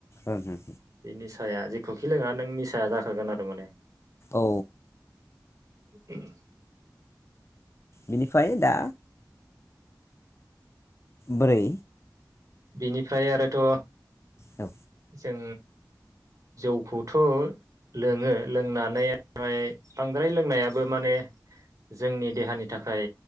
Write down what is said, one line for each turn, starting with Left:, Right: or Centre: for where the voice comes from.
Left: ओं ओं
Right: निसाया जेखौखि लोङा नों निसाया जाखागोन आरो माने
Left: औ
Right: <unintelligible> <unintelligible>
Left: बेनिफ्राय दा बोरै
Right: बिनिफ्राय आरोथ'
Left: औ
Right: जों जौखौथ' लोङो लोंनानै बांद्राय लोंनायाबो माने जोंनि देहानि थाखाय